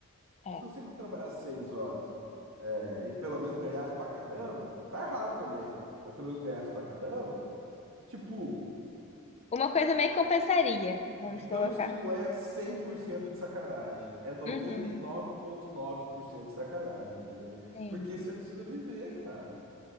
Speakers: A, on the right; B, on the left.
A: Porque
B: É.
A: se você trabalhar seis horas é, e pelo menos ganhasse pra caramba, tá errado também, mas pelo menos ganhasse pra caramba, tipo,
B: Uma coisa meio que compensaria, vamos
A: digamos
B: colocar.
A: que não é 100% de sacanagem, é noventa
B: Uhum.
A: e nove vírgula nove por cento de sacanagem, entendeu?
B: Sim.
A: Porque você precisa viver, cara.